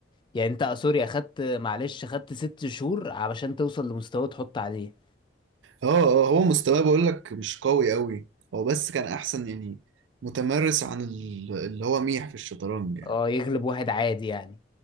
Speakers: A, on the left; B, on the right.
A: يعني انت آه، سوري اخدت معلش اخدت ست شهور علشان توصل لمستوى تحط عليه
B: اه اه هو مستواه بقول لك مش قوي قوي هو بس كان احسن يعني متمرس عن ال- اللي هو ميح في الشطرنج يعني
A: اه يغلب واحد عادي يعني